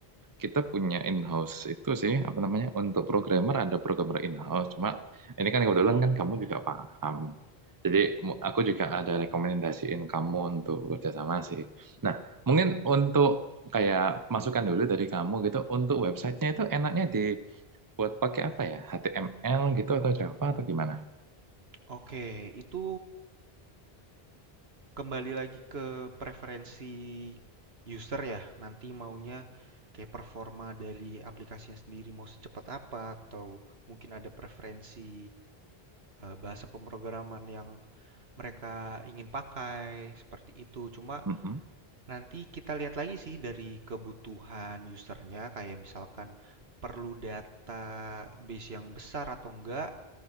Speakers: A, on the right (about 20°); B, on the right (about 75°).
A: kita punya in-house itu sih apa namanya untuk programmer ada programmer in-house. Cuma ini kan kebetulan
B: Mm-mm.
A: kan kamu juga paham. Jadi mu- aku juga ada rekomendasiin kamu untuk kerjasama sih. Nah, mungkin untuk kayak masukan dulu dari kamu gitu untuk websitenya itu enaknya di buat pakai apa ya? HTML gitu atau Java atau gimana?
B: Oke, itu kembali lagi ke preferensi user ya. Nanti maunya kayak performa dari aplikasinya sendiri mau secepat apa atau mungkin ada preferensi eh, bahasa pemrograman yang mereka ingin pakai seperti itu. Cuma
A: Mhm.
B: Nanti kita lihat lagi sih dari kebutuhan usernya, kayak misalkan perlu database yang besar atau enggak,